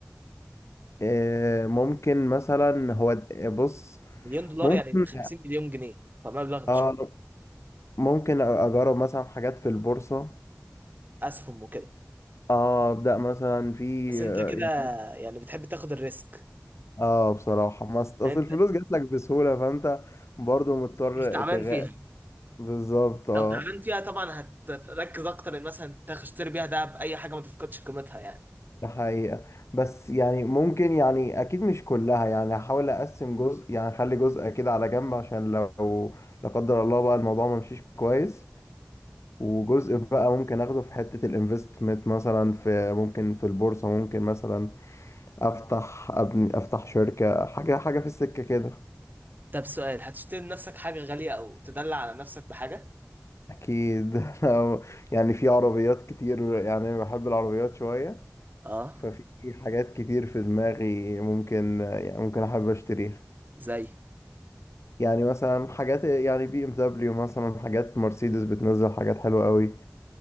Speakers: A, on the left (about 60°); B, on the right (about 35°).
A: إيه ممكن مثلا هو د- بص
B: مليون دولار
A: ممكن
B: يعني 50 مليون جنيه فمبلغ مش
A: اه ممكن اجرب مثلا حاجات في البورصه
B: اسهم وكده
A: اه ابدا مثلا في
B: بس انت
A: آه،
B: كده
A: يعني
B: يعني بتحب تاخد الريسك
A: اه بصراحة ما است-
B: يعني
A: اصل
B: انت
A: الفلوس جات لك بسهولة فانت برضو مضطر
B: مش تعبان
A: تغ...
B: فيها
A: بالظبط اه
B: لو تعبان فيها طبعا هتركز اكتر ان مثلا تشتري بيها دهب اي حاجة ما تفقدش قيمتها يعني
A: ده حقيقة بس يعني ممكن يعني اكيد مش كلها يعني هحاول اقسم جزء يعني اخلي جزء كده على جنب عشان لو لا قدر الله بقى الموضوع ما مشيش كويس وجزء بقى ممكن اخده في حتة الانفستمنت مثلا في ممكن في البورصة ممكن مثلا افتح ابني افتح شركة حاجة حاجة في السكة كده
B: طب سؤال هتشتري لنفسك حاجة غالية او تدلع على نفسك بحاجة
A: اكيد <laughs> أنا يعني في عربيات كتير يعني بحب العربيات شوية
B: اه
A: ففي حاجات كتير في دماغي ممكن يعني ممكن احب اشتريها
B: زي
A: يعني مثلا حاجات يعني بي ام دبليو مثلا حاجات مرسيدس بتنزل حاجات حلوة قوي